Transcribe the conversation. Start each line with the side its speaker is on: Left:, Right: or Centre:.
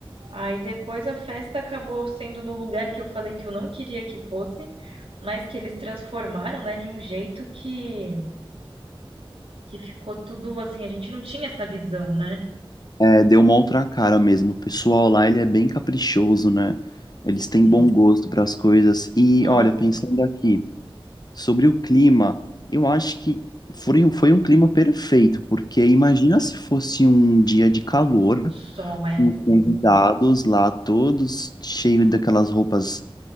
Right: Aí depois a festa acabou sendo no lugar que eu falei que eu não queria que fosse, mas que eles transformaram, né, de um jeito que que ficou tudo assim, a gente não tinha essa visão, né?
Left: É, deu uma outra cara mesmo. O pessoal lá, ele é bem caprichoso, né? Eles têm
Right: Sim.
Left: bom gosto para as coisas. E
Right: Nossa,
Left: olha, pensando aqui sobre o clima, eu acho que foi, um- foi um clima perfeito, porque imagina se fosse um dia de calor,
Right: o sol é
Left: com os convidados lá todos cheios daquelas roupas,